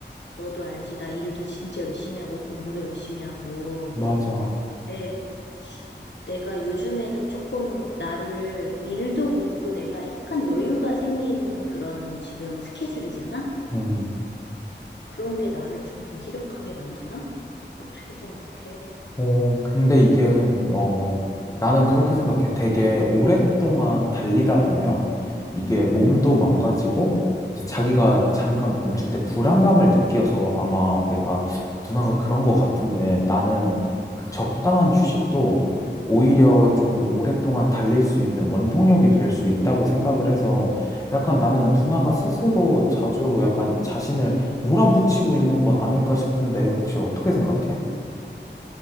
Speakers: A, on the left; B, on the left.
A: 너도 알지? 나 일도 진짜 열심히 하고 공부도 열심히 하고.
B: 맞아.
A: 내, 내가 요즘에는 조금 나를 일도 그렇고 내가 약간 여유가 생긴 그런 지금 스케줄이잖아?
B: 음.
A: 그런 게 나를 좀 무기력하게 만드나? 어떻게 생각해?
B: 어, 근데 이게, 어,
A: 음,
B: 나는 그렇게 생각해. 되게 오랫동안 달리다 보면 이게 몸도
A: 음.
B: 망가지고, 이제 자기가 잠깐 멈출 때 불안감을 느껴서 아마 내가 누나가 그런 것 같은데 나는 그 적당한 휴식도 오히려 조금 오랫동안 달릴 수 있는 원동력이 될 수 있다고 생각을 해서 약간 나는 누나가 스스로 자주 약간 자신을 몰아붙이고 있는 건 아닐까 싶은데 혹시 어떻게 생각해?